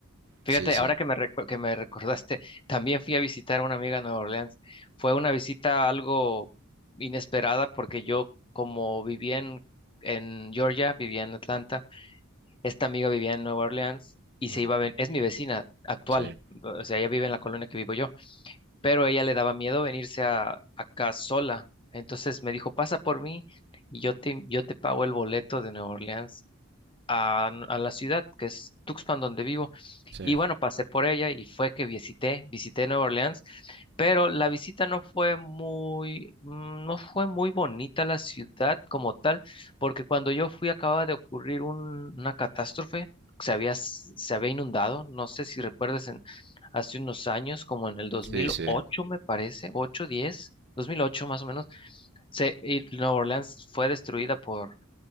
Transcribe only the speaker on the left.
Fíjate,
ahora que me, recu- que me recordaste, también fui a visitar a una amiga en Nueva Orleans. Fue una visita algo inesperada porque yo, como vivía en, en Georgia, vivía en Atlanta, esta amiga vivía en Nueva Orleans y
se iba a ven- es mi vecina actual,
o sea, ella vive en la colonia que vivo yo, pero a ella le daba miedo venirse a, acá sola. Entonces me dijo, pasa por mí y yo te, yo te pago el boleto de Nueva Orleans a, a la ciudad que es Tuxpan donde vivo.
Y bueno, pasé por ella y fue que visité, visité Nueva Orleans, pero la visita no fue muy, mm, no fue muy bonita la ciudad como tal, porque cuando yo fui acababa de ocurrir un- una catástrofe, se había, s- se había inundado, no sé si recuerdas en, hace unos años, como en el dos mil
ocho me parece, ocho diez dos mil ocho más o menos, se, y Nueva Orleans fue destruida por